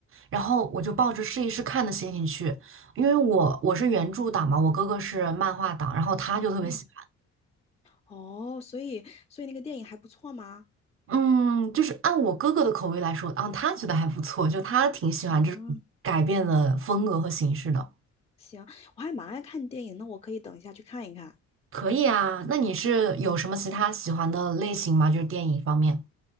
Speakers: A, on the right; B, on the left.
A: 然后我就抱着试一试看的心情去，因为我我是原著党嘛，我哥哥是漫画党，然后他就特别喜
B: 嗯，哦，所以所以那个电影还不错吗？
A: 欢，嗯，就是按我哥哥的口味来说，啊，他觉得还不错，就他挺喜欢这种改变的风格和形式的。
B: 嗯，行，我还蛮爱看电影，那我可以等一下去看一看。
A: 可以啊，那你是有什么其他喜欢的类型吗？就是电影方面。